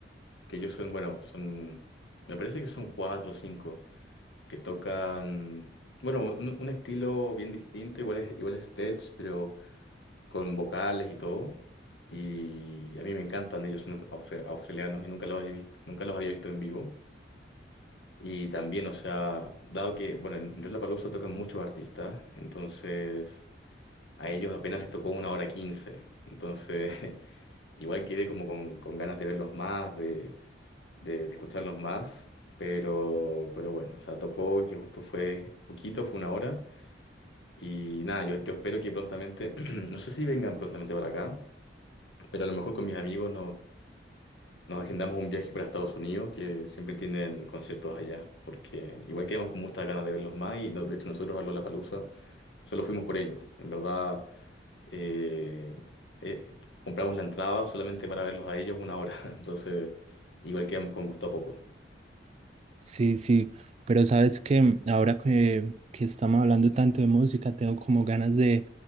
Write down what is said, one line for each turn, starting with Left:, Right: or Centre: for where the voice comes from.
Left: que ellos son, bueno, son, me parece que son cuatro o cinco, que tocan, bueno, un, un estilo bien distinto, igual es, igual es tech, pero con vocales y todo. Y a mí me encantan, ellos son austra- australianos y nunca los había, vis- nunca los había visto en vivo. Y también, o sea, dado que, bueno, en Lollapalooza tocan muchos artistas, entonces a ellos apenas les tocó una hora quince. Entonces, <laughs> igual quedé como con, con ganas de verlos más, de, de, de escucharlos más, pero, pero bueno, o sea, tocó que justo fue poquito, fue una hora. Y nada, yo, yo espero que prontamente, <clears throat> no sé si vengan prontamente para acá, pero a lo mejor con mis amigos Nos agendamos un viaje para Estados Unidos, que siempre tienen conciertos allá, porque igual quedamos con muchas ganas de verlos más y no- de hecho nosotros a Lollapalooza solo fuimos por ellos. En verdad, eh, eh, compramos la entrada solamente para verlos a ellos una hora, <laughs> entonces igual quedamos con gusto a poco.
Right: Sí, sí, pero sabes que ahora que, que estamos hablando tanto de música, tengo como ganas de,